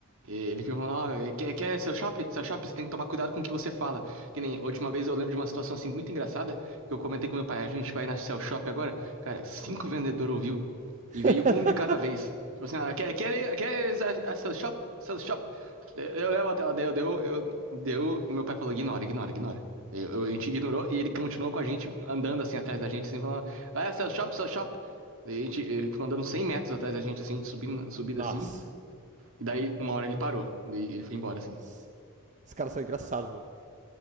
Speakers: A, on the right (about 65°); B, on the right (about 35°).
A: E Ele fica falando, ó, quer, quer seu shopping? Seu shopping, você tem que tomar cuidado com o que você fala. Que nem a última vez eu lembro de uma situação assim muito engraçada que eu comentei com meu pai, a gente vai na Cell Shop agora. Cara, cinco vendedores ouviu e
B: <laughs>
A: veio um de cada vez. Tipo assim, ah, quer, quer, quer a, a Cell Shop? Cell Shop? Eu levo até lá, deu, deu, eu, deu. Meu pai falou, ignora, ignora, ignora. Eu- a gente ignorou e ele continuou com a gente, andando assim atrás da gente, assim, falando: Vai, ah, seu shop, seu shop. Daí a gente, ele ficou andando 100 metros atrás da gente, assim, subindo, subido
B: Nossa.
A: assim. E daí, uma hora ele parou. Daí ele foi embora, assim.
B: Esses caras são engraçados, mano.